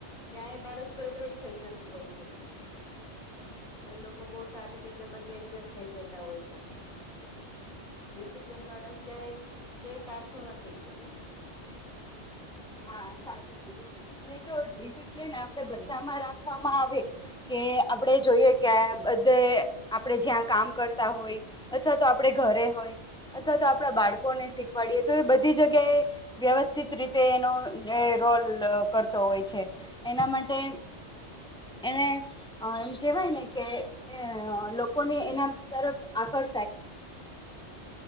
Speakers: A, on the left; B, in the centre.
A: ત્યાં એ બાળક ફેવરટ થઈ જતું હોય છે. એ લોકો બહુ સારી રીતે બધે એડજસ્ટ થઈ જતા હોય છે ડિસિપ્લિન બાળક ક્યારેક ક્યાંય પાછું નથી પડતું
B: હા સાચું કીધું અને જો ડિસિપ્લિન આપડે બધામાં રાખવામાં આવે કે આપણે જોઈએ કે બધે આપણે જ્યાં કામ કરતા હોય અથવા તો આપડે ઘરે હોય અથવા તો આપણા બાળકોને શીખવાડીએ તો એ બધી જગ્યાએ વ્યવસ્થિત રીતે એનો એ રોલ કરતો હોય છે એના માટે એને અ એમ કેવાય ને કે એ લોકોને એના તરફ આકર